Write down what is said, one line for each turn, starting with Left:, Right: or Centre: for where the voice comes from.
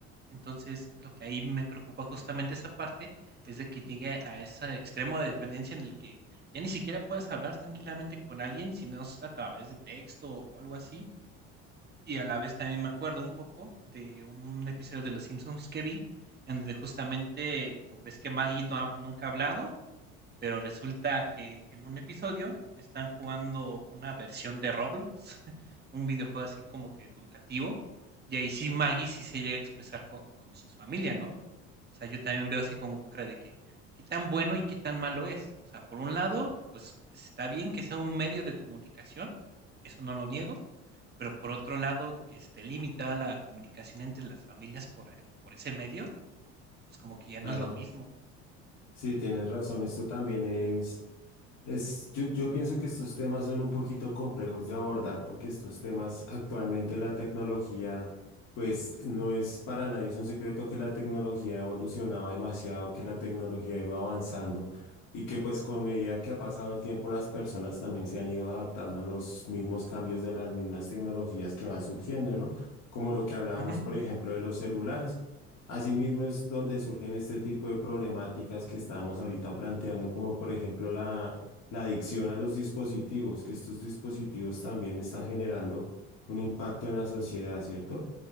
Right: Entonces, lo que ahí me preocupa justamente esa parte es de que llegue a ese extremo de dependencia en el que ya ni siquiera puedas hablar tranquilamente con alguien, sino es a través de texto o algo así. Y a la vez también me acuerdo un poco de un episodio de Los Simpsons que vi, en donde justamente co- ves que Maggie no ha- nunca ha hablado pero resulta que en un episodio están jugando una versión de Roblox, <laughs> un videojuego así como que educativo, y ahí sí Maggie sí se llega a expresar con, con sus familias, ¿no? O sea, yo también veo así como con cara de que qué tan bueno y qué tan malo es. O sea, por un lado, pues está bien que sea un medio de comunicación, eso no lo niego, pero por otro lado, que esté limitada la comunicación entre las familias por, eh, por ese medio, pues como que ya
Left: claro.
Right: no es lo mismo.
Left: Sí, tienes razón, esto también es Es, yo, yo pienso que estos temas son un poquito complejos de abordar porque estos temas actualmente la tecnología, pues no es para nadie, es un secreto que la tecnología ha evolucionado demasiado, que la tecnología iba avanzando y que pues con medida que ha pasado el tiempo las personas también se han ido adaptando a los mismos cambios de las mismas tecnologías que van surgiendo, ¿no? Como lo que hablábamos,
Right: Ujú,
Left: por ejemplo, de los celulares. Asimismo es donde surgen este tipo de problemáticas que estamos ahorita planteando, como por ejemplo la la adicción a los dispositivos, que estos dispositivos también están generando un impacto en la sociedad, ¿cierto?